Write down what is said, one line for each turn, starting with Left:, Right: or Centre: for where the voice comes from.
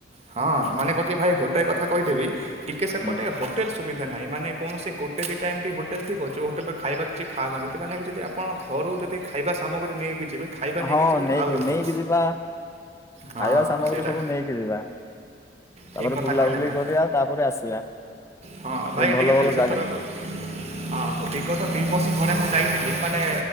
Right: ହଁ ମାନେ କଣକି ଭାଇ ଗୋଟାଏ କଥା କହିଦେବି। ଟିକେ ସେପଟେ
Left: ହୁଁ।
Right: ହୋଟେଲ ସୁବିଧା ଧା ନାହିଁ, ମାନେ କୌଣସି ଗୋଟେ ଦିଟା ଏମିତି ହୋଟେଲ ଥିବ, ଯେଉଁ ହୋଟେଲ ଖାଇବା କିଛି ଖାସ ନ ଥିବ। ସେଥି ପାଇଁ ଯଦି ଆପଣ ଘରୁ ଯଦି ଖାଇବା ସାମଗ୍ରୀ ନେଇକି ଯିବେ। ଖାଇବା
Left: ହଁ,
Right: ଯିବେ ତ
Left: ନେଇକି
Right: ଆହୁରି
Left: ନେଇକି
Right: ଭଲ
Left: ଯିବା।
Right: ହଁ
Left: ଖାଇବା ସାମଗ୍ରୀ
Right: ସେଇଟା
Left: ସବୁ ନେଇକି ଯିବା।
Right: ଠିକ୍
Left: ତାପରେ
Right: କଥା
Left: ବୁଲାବୁଲି
Right: କହିଲେ ଭାଇ
Left: କରିବା ତାପରେ ଆସିବା।
Right: ହଁ
Left: ଫେର୍
Right: ଭାଇ
Left: ଭଲ
Right: ଟିକେ ଖାଲି
Left: ଭଲ ଜାଗା
Right: <unintelligible> ହଁ ବିଗତ ଦି ବର୍ଷ ତଳେ ମୁଁ ଯାଇଥିଲି, ମାନେ